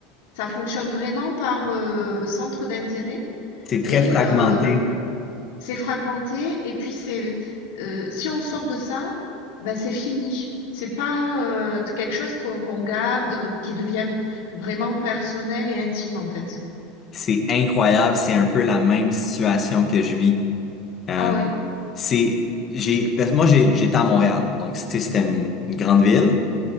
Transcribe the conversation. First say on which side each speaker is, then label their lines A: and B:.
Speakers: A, on the left (about 75°); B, on the left (about 30°).
A: Ça fonctionne vraiment par euh, centre d'intérêt
B: C'est très
A: et
B: fragmenté.
A: euh, c'est fragmenté. Et puis c'est, euh, si on sort de ça, ben, c'est fini. C'est pas euh, quelque chose qu'on qu'on garde, euh, qui devient vraiment personnel et intime en fait.
B: C'est incroyable. C'est un peu la même situation que je vis. Euh,
A: Ah ouais,
B: c'est, j'ai, parce que moi, j'ai, j'étais à Montréal. Donc, c'était c'était une, une grande ville.